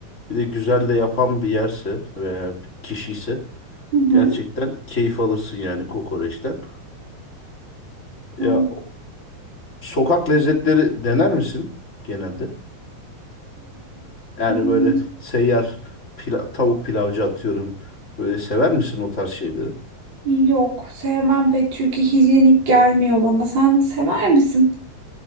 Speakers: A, on the left (about 20°); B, on the right (about 30°).
A: Bir de güzel de yapan bir yerse veya bir kişi ise
B: Hı hı.
A: gerçekten keyif alırsın yani kokoreçten.
B: Hmm,
A: Ya sokak lezzetleri dener misin genelde? Yani
B: Hmm,
A: böyle seyyar pila- tavuk pilavcı atıyorum. Böyle sever misin o tarz şeyleri?
B: yok sevmem pek çünkü hijyenik gelmiyor bana. Sen sever misin?